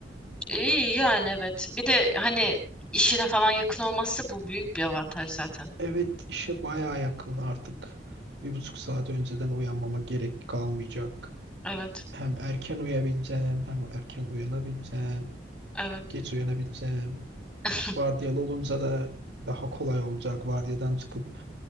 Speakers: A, in the centre; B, on the right.
A: İyi yani evet. Bir de hani işine falan yakın olması bu büyük bir avantaj zaten.
B: Evet işe baya yakın artık. Bir buçuk saat önceden uyanmama gerek kalmayacak.
A: Evet.
B: Hem erken uyuyabileceğim hem erken uyanabileceğim.
A: Evet.
B: Geç uyanabileceğim.
A: <laughs>
B: Vardiyalı olunca da daha kolay olacak. Vardiyadan çıkıp